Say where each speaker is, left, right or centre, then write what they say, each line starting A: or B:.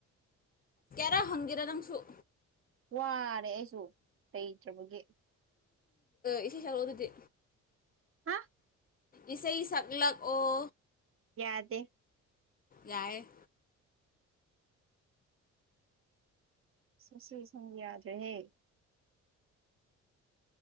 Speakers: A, on the left; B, on the right.
A: ꯈꯔ ꯍꯪꯒꯦꯔꯥ ꯅꯪꯁꯨ
B: ꯋꯥꯔꯦ ꯑꯩꯁꯨ ꯂꯩꯇꯕꯒꯤ
A: ꯏꯁꯩ ꯁꯛꯂꯛꯑꯣ ꯑꯗꯨꯗꯤ
B: ꯍꯥ
A: ꯏꯁꯩꯁꯤꯡ ꯁꯛꯂꯛ ꯑꯣ
B: ꯌꯥꯗꯦ
A: ꯌꯥꯏ
B: ꯁꯁꯤ ꯊꯣꯡ ꯌꯥꯗ ꯔꯦ